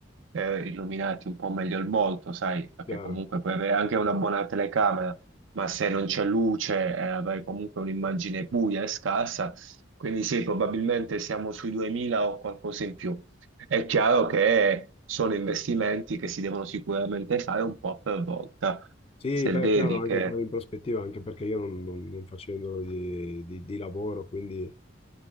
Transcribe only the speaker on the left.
chiaro.
Sì,
beh,
chiaro, anche
poi in prospettiva, anche perché io non, non- non facendo di, di- di lavoro, quindi,